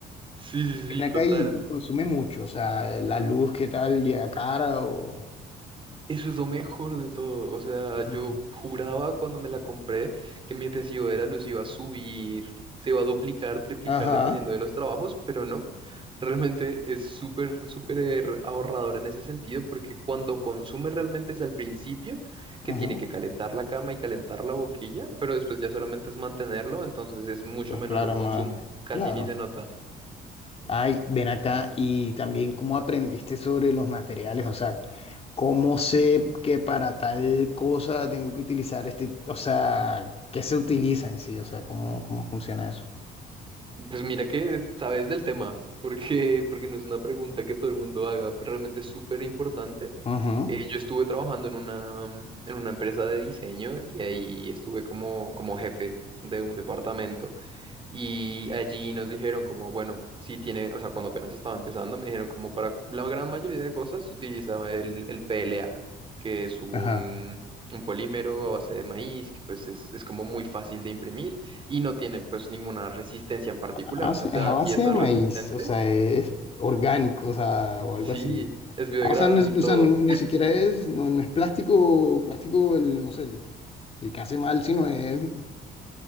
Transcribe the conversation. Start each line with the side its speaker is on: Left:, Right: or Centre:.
Right: Sí, sí,
Left: Y ven
Right: sí, total.
Left: acá y, y consume mucho, o sea, la luz, ¿qué tal? Llega cara o...
Right: Eso es lo mejor de todo. O sea,
Left: Ujú.
Right: yo juraba cuando me la compré que mi recibo de la luz iba a subir, se iba a duplicar, triplicar
Left: Ajá,
Right: dependiendo de los trabajos, pero no. Realmente es súper, súper ahorradora en ese sentido porque cuando consume realmente es al principio que
Left: ajá.
Right: tiene que calentar la cama y calentar la boquilla, pero después ya solamente es mantenerlo, entonces es mucho
Left: Entonces,
Right: menor
Left: claro,
Right: el consumo,
Left: más,
Right: casi
Left: claro.
Right: ni se nota.
Left: Ay, ven acá y también cómo aprendiste sobre los materiales, o sea, cómo sé que para tal cosa tengo que utilizar este, o sea, qué se utiliza en sí, o sea, cómo, cómo funciona eso.
Right: Pues mira que sabes del tema, porque, porque no es una pregunta que todo el mundo haga, realmente es súper importante.
Left: Ajá,
Right: Eh, yo estuve trabajando en una, mm, en una empresa de diseño y ahí estuve como, como jefe de un departamento. Y allí nos dijeron como, bueno, si tiene, o sea, cuando apenas estaba empezando, me dijeron como para la gran mayoría de cosas se utilizaba el, el PLA, que es un,
Left: ajá.
Right: un polímero a base de maíz, que pues es, es como muy fácil de imprimir y no tiene pues ninguna resistencia en particular,
Left: Ah,
Right: o
Left: sí,
Right: sea, te
Left: es
Right: da
Left: a base
Right: piezas
Left: de maíz,
Right: resistentes.
Left: o sea, es orgánico, o sea, o algo
Right: Sí,
Left: así.
Right: es biodegradable
Left: Ah, o sea, no, es-
Right: y
Left: o
Right: todo,
Left: sea, ni siquiera es, no, no es plástico, plástico, el, no sé, el, el que hace mal, sino es, es